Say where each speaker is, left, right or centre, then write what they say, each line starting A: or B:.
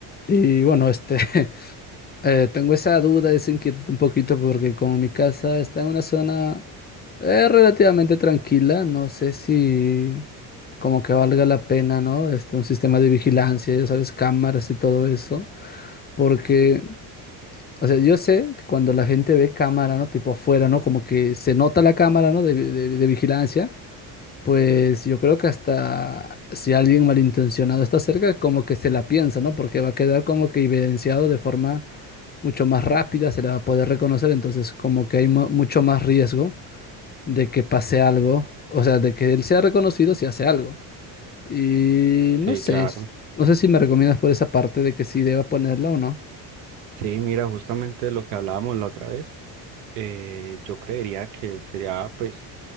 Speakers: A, on the left; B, on the right.
A: Y bueno, este, <laughs> eh, tengo esa duda, esa inquietud un poquito porque como mi casa está en una zona eh, relativamente tranquila, no sé si como que valga la pena, ¿no? Este, un sistema de vigilancia, ya sabes, cámaras y todo eso, porque, o sea, yo sé que cuando la gente ve cámara, ¿no? Tipo afuera, ¿no? Como que se nota la cámara, ¿no? de de- de vigilancia. Pues yo creo que hasta si alguien malintencionado está cerca, como que se la piensa, ¿no? Porque va a quedar como que evidenciado de forma mucho más rápida, se le va a poder reconocer, entonces como que hay mu- mucho más riesgo de que pase algo, o sea, de que él sea reconocido si hace algo. Y
B: Sí,
A: no sé,
B: claro.
A: s- no sé si me recomiendas por esa parte de que sí deba ponerla o no.
B: Sí, mira, justamente lo que hablábamos la otra vez, eh, yo creería que sería, pues,